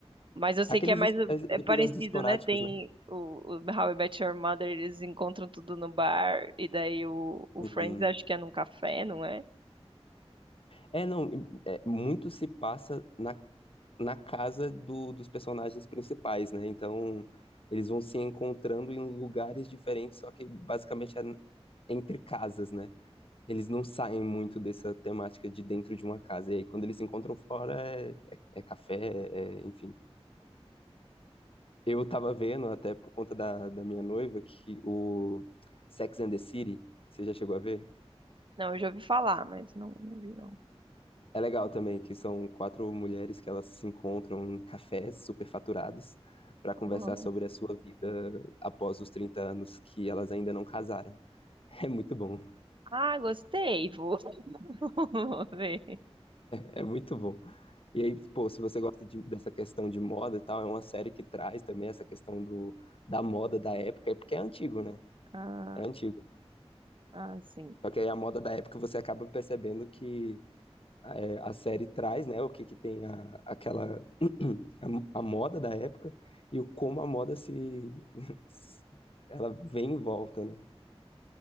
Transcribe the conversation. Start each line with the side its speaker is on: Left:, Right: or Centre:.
Right: Mas eu sei
Left: Aqueles
Right: que é mais
Left: es- es-
Right: é
Left: episódios
Right: parecido,
Left: esporádicos,
Right: né? Tem
Left: né?
Right: o, o How I Met Your Mother, eles encontram tudo no bar, e daí o, o
Left: Sim.
Right: Friends acho que é num café, não é?
Left: É, não, é, muito se passa na, na casa do- dos personagens principais, né? Então, eles vão se encontrando em lugares diferentes, só que basicamente é entre casas, né? Eles não saem muito dessa temática de dentro de uma casa. E aí, quando eles se encontram fora, é, é- é café, é- enfim. Eu tava vendo, até por conta da, da minha noiva, que o Sex and the City, você já chegou a ver?
Right: Não, eu já ouvi falar, mas não, não vi,
Left: É legal também, que são quatro mulheres que elas se encontram em cafés superfaturados para conversar
Right: não.
Left: sobre a sua vida após os 30 anos que elas ainda não casaram. <laughs> É muito bom.
Right: Ah, gostei, vou, <laughs> vou ver.
Left: É, é muito bom. E aí, pô, se você gosta de- dessa questão de moda e tal, é uma série que traz também essa questão do, da moda da época, é porque é antigo, né?
Right: Ah.
Left: É antigo.
Right: Ah, sim.
Left: Só que aí a moda da época você acaba percebendo que é, a série traz, né, o que que tem a, aquela, <clears throat> a, a moda da época e o como a moda se, <laughs> ela vem em volta, né?